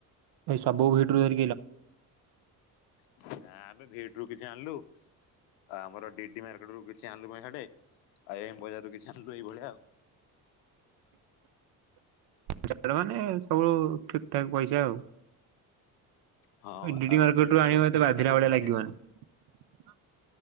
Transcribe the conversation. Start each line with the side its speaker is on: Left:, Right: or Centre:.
Right: ଭାଇ ସବୁ ଭିଟୁରୁ? <unintelligible>
Left: <unintelligible> ଆମେ ଭିଟୁରୁ କିଛି ଆଣିଲୁ ଆ ଆମର ଡିଡି ମାର୍କେଟରୁ କିଛି ଆଣିଲୁ ପେଣ୍ଟ ସାର୍ଟ ଆଉ ଏମ୍ ବଜାରରୁ କିଛି ଆଣିଲୁ ଏଇଭଳିଆ ଆଉ।
Right: <unintelligible> ସବୁ ଠିକ ଠାକ୍ ପଇସା ଆଉ।
Left: ହଁ
Right: ଡିଡି
Left: ଆଉ
Right: ମାର୍କେଟରୁ
Left: ଡିନର
Right: ଆଣିବ ଏତେ ବାଧିଲା
Left: ନା ଟିକେ
Right: ଭଳିଆ ଲାଗିବନି। <unintelligible>